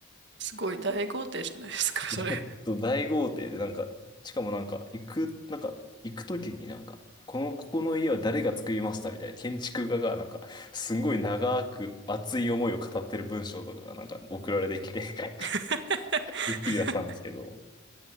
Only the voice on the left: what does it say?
<laughs> そう、大豪邸で、なんか、しかもなんか、行く、なんか、行くときになんか、この、ここの家は誰が作りましたみたいな、建築家がなんか、すごい長く熱い思いを語ってる文章とかがなんか送られてきて
<laughs> びっくりはしたんですけど。